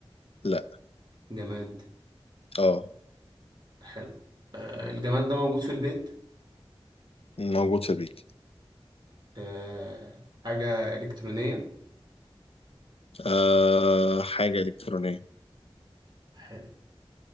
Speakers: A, on the left; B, on the right.
A: لا
B: جماد
A: اه
B: حلو آه الجماد ده موجود في البيت
A: موجود في البيت
B: آه حاجة إلكترونية
A: آه... حاجة إلكترونية
B: حلو